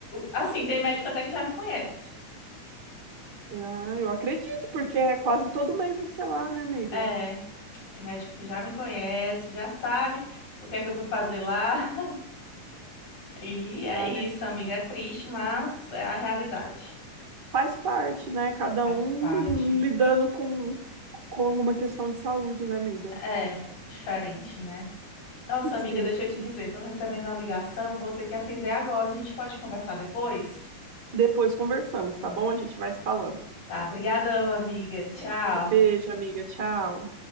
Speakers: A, on the left; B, on the right.
A: assim, tem médico até que já me conhece.
B: Ah, eu acredito, porque é quase todo mês você lá, né, amiga?
A: É, Tem médico que já me conhece, já sabe o que é que eu fui fazer lá. <laughs> E é
B: Ah,
A: isso,
B: é-
A: amiga. É triste, mas é a realidade.
B: faz parte, né? Cada
A: Faz
B: um
A: parte.
B: lidando com, com alguma questão de saúde, né, amiga?
A: É, diferente, né? Nossa, amiga,
B: Sim,
A: deixa
B: sim.
A: eu te dizer, tô recebendo uma ligação, vou ter que atender agora. A gente pode conversar depois?
B: Depois conversamos, tá bom? A gente vai se falando.
A: Tá, brigadão, amiga. Tchau.
B: Beijo, amiga. Tchau.